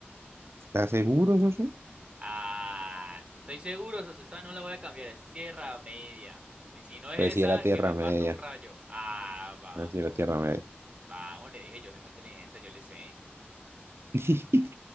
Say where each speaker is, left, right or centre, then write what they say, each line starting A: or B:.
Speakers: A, on the right; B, on the right.
A: ¿Estás seguro, socio?
B: Ah, estoy seguro, socio, esta no la voy a cambiar, es Tierra Media. Y si no es
A: Pues sí,
B: esa,
A: era Tierra
B: que me
A: Media.
B: parta un rayo. Ah, vamos,
A: Así la Tierra Media.
B: vamos, le dije, yo soy muy inteligente, yo le sé.
A: <laughs>